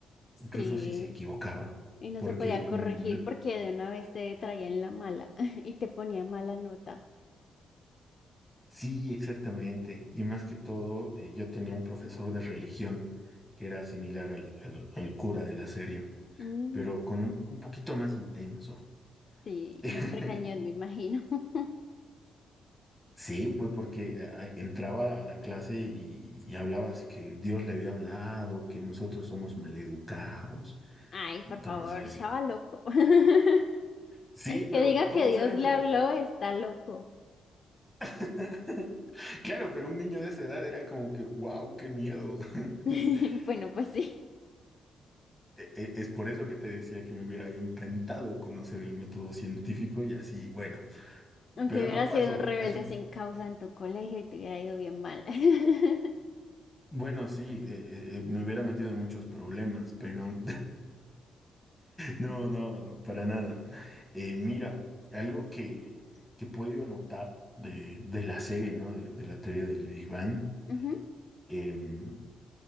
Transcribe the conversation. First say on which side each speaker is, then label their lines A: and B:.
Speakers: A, on the left; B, in the centre.
A: Sí,
B: incluso si se equivocaba
A: y no
B: porque
A: se podía corregir
B: mm,
A: porque de una vez te traían la mala <laughs> y te ponía mala nota.
B: Sí, exactamente. Y más que todo, eh, yo tenía un profesor de religión que era similar al, al- al cura de la serie,
A: Mm,
B: pero con un, un poquito más intenso.
A: sí,
B: <laughs>
A: y me regañó, me imagino. <laughs>
B: Sí, pues porque a- a- entraba a la clase y, y hablaba así que Dios le había hablado, que nosotros somos maleducados.
A: Ay, por
B: Entonces,
A: favor, estaba loco. <laughs>
B: sí,
A: El
B: pero
A: que diga
B: todos
A: que Dios
B: eran
A: le
B: como,
A: habló está loco.
B: <laughs> claro, pero un niño de esa edad era como que, wow, qué miedo.
A: <laughs>
B: <laughs>
A: Bueno, pues sí.
B: E- e- Es por eso que te decía que me hubiera encantado conocer el método científico y así, bueno,
A: Aunque
B: pero
A: hubiera
B: no pasó,
A: sido un rebelde
B: así,
A: sin causa en tu colegio y te hubiera ido bien mal. <laughs>
B: bueno, sí, eh, eh, eh, me hubiera metido en muchos problemas, pero <laughs> no, no, para nada. Eh, mira, algo que, que he podido notar de, de la serie, ¿no? De, de la teoría del Big Bang,
A: Ujú,
B: em,